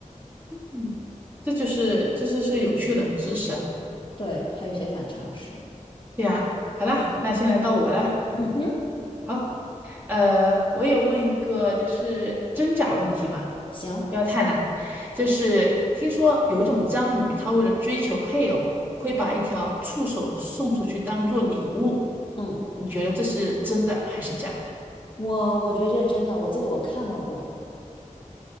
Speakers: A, on the right (about 15°); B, on the left (about 40°).
A: 嗯，这就是这就是有趣冷知识啊。
B: 对，还有一些反常识。
A: 对啊，好啦，
B: 嗯，
A: 那现在到我啦。
B: 嗯哼，
A: 好，呃，我也问一个就是真假问题吧，
B: 行，
A: 不要太难。就是听说有一种章鱼，它为了追求配偶，会把一条触手送出去当做礼物。
B: 嗯，
A: 你觉得这是真的还是假的？
B: 我我觉得这是真的，我记得我看到过